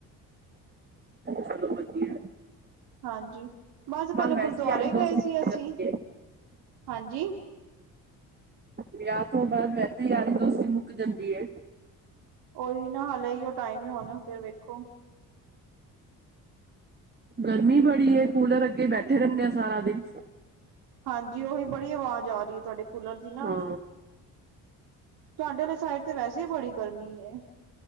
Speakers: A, on the right (about 25°); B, on the right (about 80°).
A: ਚਲੋ ਵਧੀਐ।
B: ਹਾਂਜੀ, ਬਸ ਪੈਲਾਂ
A: ਵੈਸੇ
B: ਗੁਰਦੁਆਰੇ
A: ਹੀ ਯਾਰੀ ਦੋਸਤੀ
B: ਗਏ
A: ਵੱਧ
B: ਸੀ ਅਸੀਂ,
A: ਜਾਂਦੀ ਹੈ।
B: ਹਾਂਜੀ।
A: ਵਿਆਹ ਤੋਂ ਬਾਅਦ ਵੈਸੇ ਈ ਯਾਰੀ ਦੋਸਤੀ ਮੁੱਕ ਜਾਂਦੀ ਏ।
B: ਓਹੀ ਨਾ ਹਾਲੇ ਇਹੀਓ ਟਾਈਮ ਏ ਹੁਣ, ਫੇਰ ਵੇਖੋ।
A: ਗਰਮੀ ਬੜੀ ਏ ਕੂਲਰ ਅੱਗੇ ਬੈਠੇ ਰਹਿਣੇ ਆਂ ਸਾਰਾ ਦਿਨ।
B: ਹਾਂਜੀ, ਓਹੀ ਬੜੀ ਅਵਾਜ਼ ਆ ਰੀ ਏ, ਤੁਹਾਡੇ ਕੂਲਰ ਦੀ ਨਾ।
A: ਹਾਂ
B: ਤੁਹਾਡੇ ਅਲੇ ਸਾਈਡ ਤੇ ਵੈਸੇ ਈ ਬੜੀ ਗਰਮੀ ਏ।